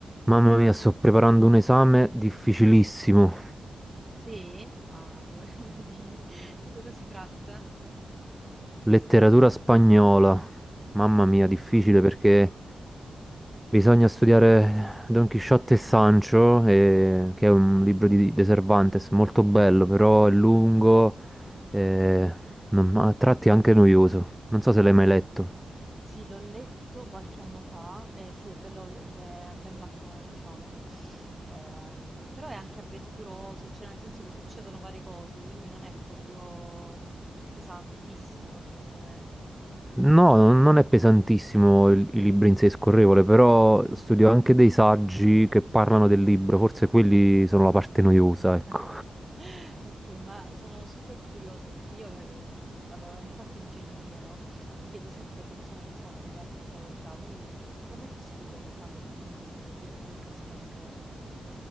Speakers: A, in the centre; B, on the right.
A: Mamma mia, sto preparando un esame difficilissimo.
B: Sì? Ah, poverino, <laughs> dimmi di cosa si tratta?
A: Letteratura spagnola. Mamma
B: Oh
A: mia,
B: mamma,
A: difficile perché bisogna studiare Don Chisciotte e Sancho, e- che è un libro di, De Cervantes, molto bello, però
B: sì,
A: è lungo e non- a tratti anche noioso. Non so se l'hai
B: mamma
A: mai letto.
B: mia. Sì, l'ho letto qualche anno fa, eh, sì, è bello, è be- è un bel mattone, diciamo, Ehm, però è anche avventuroso, cioè nel senso che succedono varie cose, quindi non è proprio pesantissimo, secondo me.
A: No, non è pesantissimo il, il libro in sé, è scorrevole, però studio anche dei saggi che parlano del libro, forse quelli sono la parte noiosa,
B: <laughs>
A: ecco.
B: Ok, ma sono super curiosa perché io, ehm, vabbè, avendo fatto ingegneria, no? Mi chiedo sempre come sono gli esami delle altre facoltà, quindi co- come si studia un esame tipo su, di letteratura spagnola?